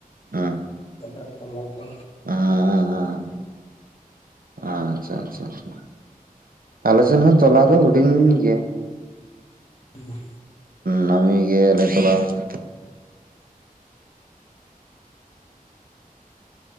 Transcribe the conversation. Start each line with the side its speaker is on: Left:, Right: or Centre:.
Right: ᱟᱸ
Left: ᱫᱟᱜ ᱛᱚᱞᱟ ᱠᱚ
Right: ᱟᱸᱻ ᱟᱪᱪᱷᱟ ᱟᱪᱪᱷᱟ ᱟᱪᱪᱷᱟ ᱟᱞᱮ ᱥᱮᱱ ᱦᱚᱸ ᱛᱚᱞᱟ ᱫᱚ ᱦᱩᱰᱤᱧ ᱜᱮᱭᱟ
Left: ᱦᱩᱭᱱᱟ
Right: ᱱᱟ. ᱢᱤ ᱜᱮ ᱞᱮ ᱛᱚᱞᱟ ᱠᱟᱜᱼᱟ᱾